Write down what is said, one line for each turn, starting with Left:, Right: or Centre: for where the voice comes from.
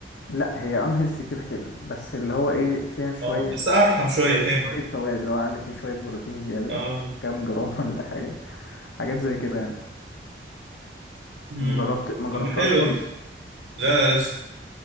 Left: لا هي انهيلثي كده كده بس اللي هو ايه فيها شويه
Right: اه بس ارحم شويه فهمت
Left: شويه فوائد اللي هو على الاقل فيه شويه بروتين زياده
Right: اه
Left: كام جرام <laughs> ولا حاجه حاجات زي كده يعني
Right: امم
Left: مجربت ما جربتهاش
Right: طب حلوه
Left: خالص
Right: دي لا لا لسه